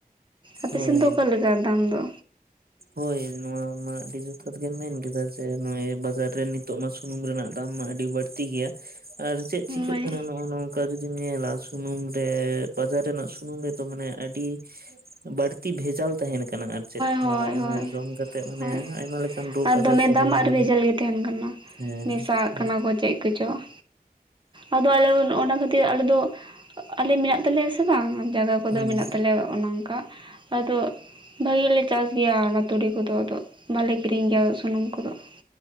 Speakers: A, on the right; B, on the right.
A: ᱟᱯᱮ
B: ᱦᱳᱭ
A: ᱥᱮᱱ ᱫᱚ ᱚᱠᱟᱞᱮ ᱞᱮᱠᱟ ᱫᱟᱢ ᱫᱚ?
B: ᱦᱳᱭ ᱱᱚᱣᱟ ᱢᱟ ᱟᱹᱰᱤ ᱡᱚᱛᱷᱟᱛ ᱜᱮᱢ ᱢᱮᱱᱠᱟ ᱡᱮ ᱱᱚᱜ ᱵᱟᱡᱟᱨ ᱨᱮᱱᱤᱡ ᱱᱤᱛᱚᱜ ᱢᱟ ᱥᱩᱱᱩᱢ ᱨᱮᱱᱟᱜ ᱫᱟᱢ ᱢᱟ ᱟᱹᱰᱤ ᱵᱟᱹᱲᱛᱤ ᱜᱮᱭᱟ ᱾ ᱟᱨ ᱪᱮᱫ ᱪᱤᱠᱟᱹᱜ
A: ᱦᱳᱭ
B: ᱠᱟᱱᱟ᱾ ᱱᱚᱜᱼᱚ ᱱᱚᱝᱠᱟ ᱡᱩᱫᱤᱢ ᱧᱮᱞᱟ ᱥᱩᱱᱩᱢ ᱨᱮ ᱵᱟᱡᱟᱨ ᱨᱮᱱᱟᱜ ᱥᱩᱱᱩᱢ ᱨᱮᱫᱚ ᱢᱟᱱᱮ ᱟᱹᱰᱤ ᱵᱟᱹᱲᱛᱤ ᱛᱤ ᱵᱷᱮᱡᱟᱞ ᱛᱟᱦᱮᱱ ᱠᱟᱱᱟ ᱟᱨ ᱪᱮᱫ?
A: ᱦᱚᱭ ᱦᱚᱭ
B: ᱚᱱᱟ ᱡᱚᱢ ᱠᱟᱛᱮᱜ ᱢᱟᱱᱮ
A: ᱦᱚᱭ
B: ᱟᱭᱢᱟ ᱞᱮᱠᱟᱱ ᱨᱳᱜᱽ
A: ᱟᱨ
B: ᱟᱡᱟᱨ
A: ᱫᱚᱢᱮ
B: ᱥᱮ
A: ᱫᱟᱢ
B: ᱦᱚᱲᱢᱚ
A: ᱟᱨ ᱵᱷᱮᱡᱟᱞ
B: ᱨᱮ
A: ᱜᱮ ᱛᱟᱦᱮᱱ ᱠᱟᱱᱟ
B: ᱦᱮᱸ
A: ᱾ ᱢᱮᱥᱟᱜ ᱟᱜ ᱠᱟᱱᱟ
B: ᱟᱨ
A: ᱠᱚ ᱪᱮᱫ ᱠᱚᱪᱚᱝ, ᱟᱫᱚ ᱟᱞᱮ ᱚᱱᱟ ᱠᱷᱟᱹᱛᱤᱨ ᱟᱞᱮ ᱫᱚ ᱟᱞᱮ ᱢᱮᱱᱟᱜ ᱛᱟᱞᱮᱭᱟ ᱥᱮ ᱵᱟᱝ? ᱡᱟᱭᱜᱟ ᱠᱚᱫᱚ
B: ᱦᱩᱸ
A: ᱢᱮᱱᱟᱜ ᱛᱟᱞᱮᱭᱟ ᱚᱱᱮ ᱚᱱᱠᱟ ᱟᱫᱚ ᱵᱷᱟᱹᱜᱮᱞᱮ ᱪᱟᱥ ᱜᱮᱭᱟ ᱚᱱᱟ ᱛᱩᱲᱤ ᱠᱚᱫᱚ ᱟᱫᱚ ᱵᱟᱞᱮ ᱠᱤᱨᱤᱧ ᱜᱮᱭᱟ ᱥᱩᱱᱩᱢ ᱠᱚᱫᱚ ᱾